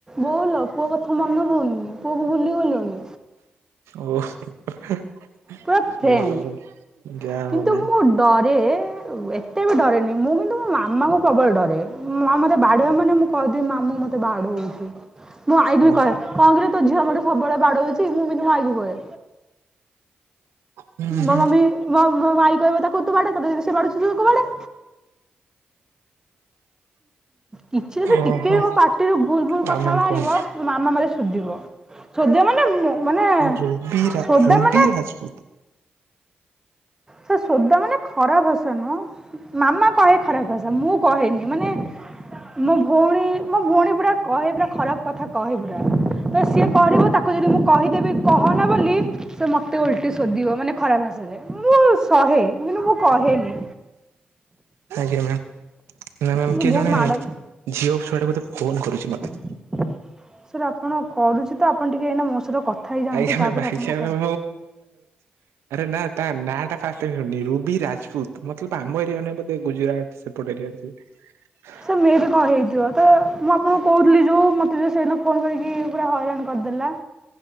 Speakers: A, on the right; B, on the right.
A: ବୋଉଲୋ ପୁଅ କଥା ମନେ ପଉନି ପୁଅକୁ ଭୁଲି ଗଲୁଣି।
B: ଓ <unintelligible>
A: ପୁରା ଫ୍ରେଣ୍ଡ୍
B: ଭଲ ଯାହା
A: କିନ୍ତୁ
B: ହଉ ମ୍ୟାମ୍
A: ମୁଁ ଡରେ ଏତେ ବି ଡରେନି ମୁଁ କିନ୍ତୁ ମାମା କୁ ପ୍ରବଳ ଡରେ ମାମା ମୋତେ ବାଡେଇବ ମାନେ ମୁଁ କହିଦେବି ମାମୁଁ ମତେ ବାଡଉଚି। ମୁଁ ଆଈ ବି
B: ଓହୋ
A: କହେ କଣ କହିଲେ ତୋ ଝିଅ ମୋତେ ସବୁବେଳେ ବାଡ ହଉଛି ମୁଁ ବି ମୋ ଆଈ କୁ କହେ।
B: ହୁଁ
A: ମୋ
B: ହୁଁ।
A: ମମି ମୋ ଆଇ କହିବ ତାକୁ ତୁ ବାଡା ତତେ ଯେମିତି ବାଡ଼ଉଚି ତୁ ତାକୁ ବାଡା। କିଛି ତ ତ ଟିକେ
B: ଓହୋ
A: ବି ମୋ ପାଟିରୁ ଭୁଲ ଭୁଲ କଥା
B: ଆଉ ମ୍ୟାମ୍
A: ବାହାରିବ
B: କୁହନ୍ତୁ
A: ମୋ ମାମା ମତେ ସୁୁଧିବ। ସୋଦିବ ମାନେ ମୋ ମାନେ
B: ରୁବି ରା
A: ସଧ୍ୟା
B: ରୁବି
A: ମାନେ
B: ରାଜପୁତ
A: ସେ ସୋଦା ମାନେ ଖରାପ ଭାଷା ନୁହଁ ମାମା କହେ ଖରାପ ରହିଥା ମୁଁ କହେନି ମାନେ ମୋ ଭଉଣୀ ମୋ ଭଉଣୀ ପୁରା କହେ ପୁରା ଖରାପ କଥା କହେ ପୁରା। ତ ସିଏ କରିବ ତାକୁ ଯଦି ମୁଁ କହିଦେବି କହନା ବୋଲି ସେ ମୋତେ ଓଲ୍ଟି ଶୋଧିବ ମାନେ ଖରା ଭାଷାରେ। ମୁଁ ଶହେ କିନ୍ତୁ ମୁଁ କହେନି।
B: ଆଜ୍ଞା ମ୍ୟାମ ନା ମ୍ୟାମ
A: ମୁଁ
B: କିଏ
A: ବହୁତ
B: ଜଣେ
A: ମାଡ଼
B: ଝିଅ ଛୁଆଟେ ଫୋନ୍ କରୁଛି ମତେ।
A: ସାର୍ ଆପଣ କରୁଛି ତ ଆପଣ ଟିକେ ଏନା ମୋ ସହିତ କଥା ହେଇଯାଆନ୍ତୁ
B: <unintelligible> ଆରେ
A: ତାପରେ ଆପଣ କହୁ
B: ନା ତା ନାଁ ଟା ଫାଷ୍ଟ ନିରୁରୁବି ରାଜପୁତ ମତଲବ ଆମ ଏରିଆ <unintelligible> ବୋଧେ ଗୁଜୁରାଟ ସେପାଟେ ଏରିଆରେଥିଲା। <unintelligible>
A: ସାର୍ ମେ ବି କଣ ହେଇଥିବ ତ ମୁଁ ଆପଣଙ୍କୁ କହୁଥିଲି ଯେଉଁ ମୋତେ ଯେ ସେଇଦିନ ଫୋନ୍ କରିକି ପୁରା ହଇରାଣ କରିଦେଲା।